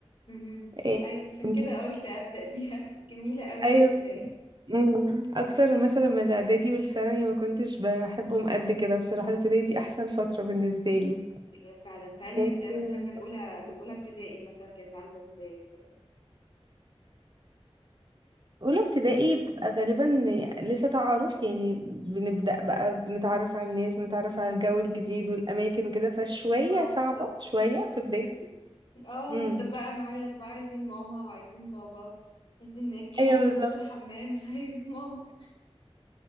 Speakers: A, on the left (about 60°); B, on the right (about 45°).
A: امم
B: إيه،
A: ايوه عشان
B: كنت-
A: كده قلت ابدا بيها <laughs> جميله قوي
B: ايوه
A: ابتدائي
B: مم. اكتر مثلا من الاعدادي والثانوي ما كنتش بحبهم قد كده بصراحه الابتدائي دي احسن فتره بالنسبه لي
A: هي فعلا تعالي
B: يعني
A: نبدا
B: أنا
A: مثلا من اولى
B: بفكر فيها
A: من
B: دلوقتي.
A: اولى ابتدائي مثلا كانت عامله ازاي كده
B: اولى ابتدائي بتبقى غالبا لسه تعارف يعني بنبدا بقى بنتعرف على الناس بنتعرف على الجو الجديد والاماكن وكده فشويه
A: اه
B: صعبه
A: بالظبط
B: شويه في بدايه
A: اه
B: امم
A: ونفضل بقى نعيط بقى عايزين ماما وعايزين بابا عايزين ناكل
B: ايوه
A: عايزه
B: بالظبط
A: اخش الحمام <laughs> عايز ماما